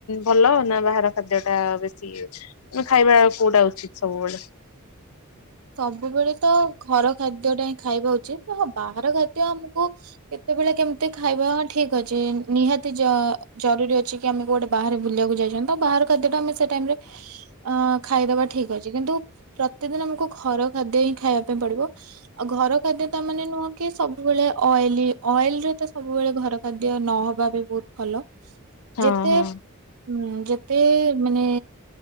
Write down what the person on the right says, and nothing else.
ସବୁବେଳେ ତ ଘର ଖାଦ୍ୟ ଟା ହିଁ ଖାଇବା ଉଚିତ୍ ହଁ ବାହାର ଖାଦ୍ୟ ଆମକୁ କେତେବେଳେ କେମିତି ଖାଇବା ଠିକ୍ ଅଛି। ନିହାତି ଜ ଜରୁରୀ ଅଛି କି ଆମେ କୁଆଡେ ବାହାରେ ବୁଲିଆକୁ ଯାଇଛନ୍ତି ତ ବାହାର ଖାଦ୍ୟଟା ଆମେ ସେ ଟାଇମ୍ ରେ ଅଁ ଖାଇଦବା ଠିକ୍ ଅଛି। କିନ୍ତୁ ପ୍ରତିଦିନ ଆମକୁ ଘର ଖାଦ୍ୟ ହିଁ ଖାଇବା ପାଇଁ ପଡିବ। ଆଉ ଘର ଖାଦ୍ୟ ତା ମାନେ ନୁହଁ କି ସବୁବେଳେ ଅଏଲି ଅଏଲ୍ ରେ ତ ସବୁବେଳେ ଘର ଖା ଦିଅ ନହବା ବି ବହୁତ ଭଲ
ଯେତେ
ହୁଁ ଯେତେ ମାନେ